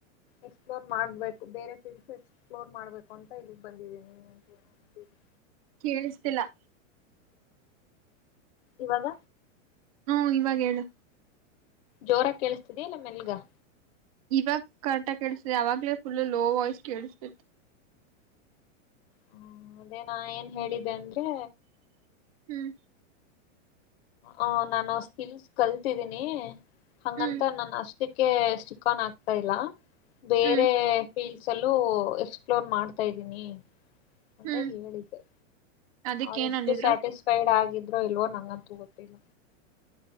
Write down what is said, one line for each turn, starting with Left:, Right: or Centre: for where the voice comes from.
Left: ಎಕ್ಸ್ಫ್ಲೋರ್ ಮಾಡ್ಬೇ ಬೇರೆ ಫೀಲ್ಡ್ಸ್ ಎಕ್ಸ್ಪ್ಲೋರ್ ಮಾಡ್ಬೇಕು ಅಂತ ಇಲ್ಲಿಗ್ ಬಂದಿದ್ದೀನೀ ಅಂತ ಏನೋ ಹೇಳ <unintelligible>
Right: ಕೇಳಿಸ್ತಿಲ್ಲ
Left: ಇವಾಗ
Right: ಹ್ಮ ಇವಾಗ ಹೇಳು
Left: ಜೋರಾಗ್ ಕೇಳಿಸ್ತಿದಿಯಾ ಇಲ್ಲ ಮೆಲ್ಗ.
Right: ಇವಾಗ ಕರೆಕ್ಟ್ ಆಗ್ ಕೇಳಿಸ್ತಿದೆ ಆವಾಗಲೇ ಫುಲ್ಲು ಲೋ ವಾಯ್ಸ್ ಕೇಳಿಸ್ತಿತ್ತು.
Left: ಹಾ ಅದೇ ನಾ ಏನ್ ಹೇಳಿದ್ದೆ ಅಂದ್ರೆ
Right: ಹ್ಮ್
Left: ಆ ನಾನು ಆ ಸ್ಕಿಲ್ಸ್ ಕಲ್ತಿದ್ದೀನಿ ಹಂಗಂತ
Right: ಹ್ಮ್
Left: ನಾನಷ್ ಕ್ಕೆ ಸ್ಟಿಕ್ ಆನ್ ಆಗ್ತಾ ಇಲ್ಲ ಬೇರೆ
Right: ಹ್ಮ್
Left: ಫೀಲ್ಸ್ ಅಲ್ಲೂ ಎಕ್ಸ್ಪ್ಲೋರ್ ಮಾಡ್ತಾ ಇದಿನಿ ಅಂತ
Right: ಹ್ಮ್
Left: ಹೇಳಿದ್ದೆ
Right: ಅದಕ್ಕ
Left: ಅವ್ರ
Right: ಏನ್
Left: ಎಷ್ಟು
Right: ಅಂದಿದ್ರು
Left: ಸ್ಯಾಟಿಸ್ಫೈಡ್ ಆಗಿದ್ ದ್ರೋ ಇಲ್ವೋ ನಂಗ್ ಅಂತು ಗೊತ್ತಿಲ್ಲ.